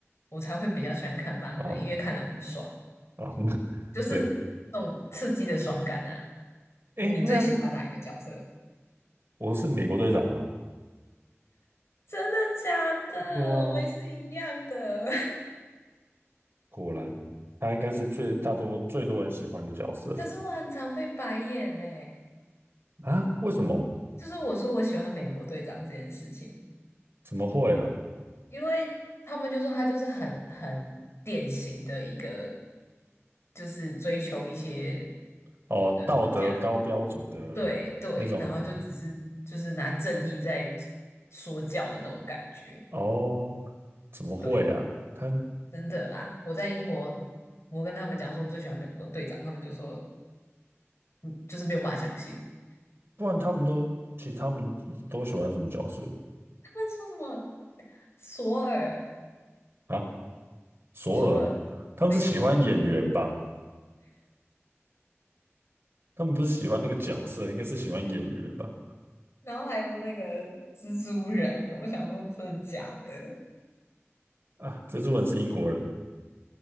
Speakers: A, on the left; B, on the right.
A: 我才会比较喜欢看漫威，
B: 啊
A: 因为看了很爽，
B: 啊，<laughs>
A: 就是那种刺激的爽感啊。
B: 对，诶，
A: 你最喜欢哪一个角色？
B: 那我是美国队长啊，
A: 真的假的？
B: 对啊，
A: 我们是一样的。
B: 果然他应该是最大多最多人喜欢的角色
A: 可是我很常被白眼呢、
B: 啊？为什么？
A: 就是我说我喜欢美国队长这件事情，
B: 怎么会啊？
A: 因为他们就说他就是很很典型的一个，就是追求一些
B: 哦，
A: 呃怎么讲，
B: 道德高标准的那种
A: 对对，然后就只是就是拿正义在说教的那种感觉，
B: 哦，怎么会啊？
A: 对，
B: 他
A: 真的啦，我在英国，我跟他们讲说我最喜欢美国队长，他们就说嗯，就是没有办法相信，
B: 不然他们都其实他们都喜欢什么角色
A: 他们说什么索尔
B: 啊？索尔，
A: 索尔。
B: 他们是喜欢演员吧？
A: 雷神索尔，
B: 他们不是喜欢那个角色，应该是喜欢演员吧？
A: 然后还有那个蜘蛛人，我想说真的假的？
B: 啊，蜘蛛人是英国人，